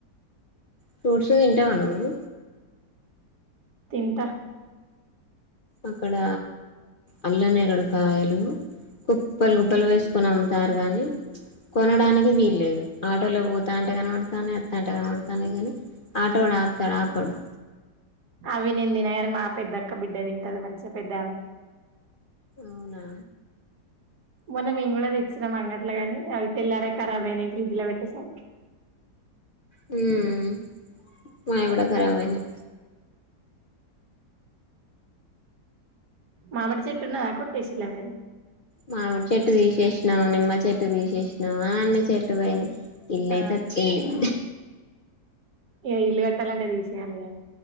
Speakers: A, on the left; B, on the right.
A: ఫ్రూట్స్ తింటావా నువ్వు
B: తింటా
A: అక్కడ అల్లనేరేడు కాయలు కుప్పలు గుప్పలు వేసుకొని అమ్ముతారు గాని కొనడానికి వీల్లులేదు ఆటోలో పోతాంటే కనబడతానై అత్తంటే కనబడతానై కానీ ఆటో వాడు ఆప్తాడా ఆపడు
B: అవి నేను తినగాని మా పెద్ద అక్క బిడ్డ తింటది మంచిగా పెద్ద ఆమె
A: అవునా
B: మొన్న మేం కూడా తెచ్చిన్నం అంగట్లో గాని అవి తెల్లారక ఖరాబ్ అయినయ్ ఫ్రిడ్జ్ లో పెట్టే సరికి
A: హ్మ్ మాయి
B: ఆ
A: కూడా ఖరాబ్ అయినాయ్
B: మామిడి చెట్టున్నదా కొట్టేసిల్లా మీరు
A: మామిడి చెట్టు తీసేసినా నిమ్మ చెట్టు తీసేసినా అ అన్ని చెట్లు పొయినయ్ ఇల్లు
B: ఆ
A: అయితే వచ్చింది
B: ఇగ ఇల్లు కట్టాలంటే తీసేయాలిగా